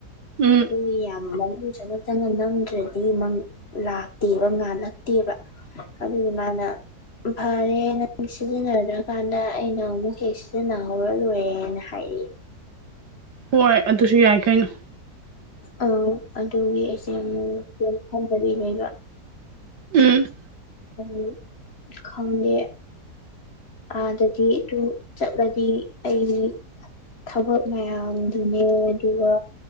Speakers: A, on the right; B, on the left.
A: ꯎꯝ
B: ꯑꯗꯨꯒꯤ ꯌꯥ ꯌꯥꯝ ꯃꯅꯨꯡ ꯆꯪꯅ ꯆꯪꯅ ꯅꯝꯗ꯭ꯔꯗꯤ ꯂꯥꯛꯇꯦꯕ ꯉꯥꯜꯂꯛꯇꯦꯕ ꯑꯗꯨꯗꯤ ꯃꯥꯅ ꯐꯔꯦ ꯅꯪ ꯁꯤꯖꯤꯟꯅꯗ꯭ꯔꯀꯥꯟꯗ ꯑꯩꯅ ꯑꯃꯨꯛ ꯍꯦꯛ ꯁꯤꯖꯤꯟꯅꯍꯧꯔ ꯂꯣꯏꯔꯦꯅ ꯍꯥꯏꯔꯦ
A: ꯍꯣꯏ ꯑꯗꯨꯁꯨ ꯌꯥꯏ ꯀꯩꯅꯣ
B: ꯑꯧ ꯑꯗꯨꯒꯤ ꯑꯩꯁꯦ ꯑꯃꯨꯛ ꯀꯩꯏꯝ ꯈꯟꯗꯕꯤ ꯂꯩꯕ
A: ꯎꯝ
B: ꯑꯗꯨ ꯈꯪꯗꯦ ꯑꯥꯗꯗꯤ ꯑꯗꯨ ꯆꯠꯂꯗꯤ ꯑꯩ ꯊꯕꯛ ꯃꯌꯥꯝꯗꯨꯅꯦ ꯑꯗꯨꯒ